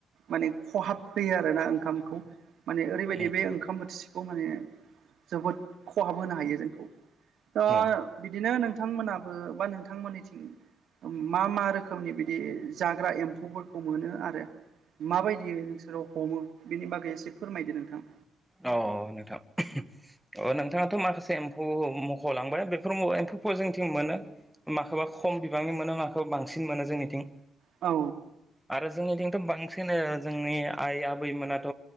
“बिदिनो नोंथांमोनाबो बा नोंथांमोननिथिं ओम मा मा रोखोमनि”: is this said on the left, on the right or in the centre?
Right